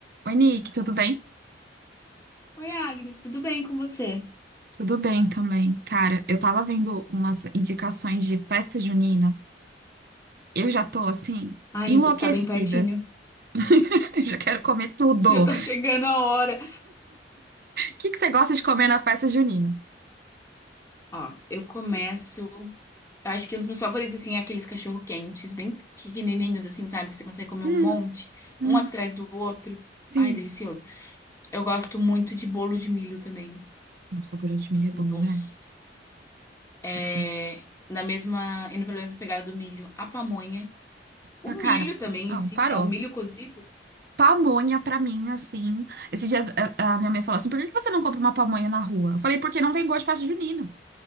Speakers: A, on the right; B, on the left.
A: Oi, Nick, tudo bem?
B: Oi, Agnes, tudo bem com você?
A: Tudo bem também. Cara, eu tava vendo umas indicações de festa junina. Eu já tô assim,
B: Ai,
A: enlouquecida.
B: meu Deus, tá bem pertinho.
A: <laughs> Eu já quero comer
B: <laughs>
A: tudo.
B: Já tá
A: O
B: chegando a hora.
A: que que você gosta de comer na festa junina?
B: Ó, eu começo. Eu acho que um dos meus favoritos, assim, é aqueles cachorro-quentes, bem pequenininhos, assim, sabe? Que você consegue comer
A: Hum,
B: um monte,
A: hum,
B: um atrás do outro.
A: sim.
B: Ai, delicioso. Eu gosto muito de bolo de milho também.
A: Nossa, o bolo de milho é bom,
B: Nossa.
A: né?
B: É,
A: Cara,
B: na mesma, indo pela mesma pegada do milho, a pamonha. O
A: Ah, cara,
B: milho também
A: não,
B: em si,
A: parou.
B: né? O milho cozido.
A: Pamonha pra mim, assim. Esses dias a, a minha mãe falou assim: por que que você não compra uma pamonha na rua? Eu falei, porque não tem gosto de festa junina.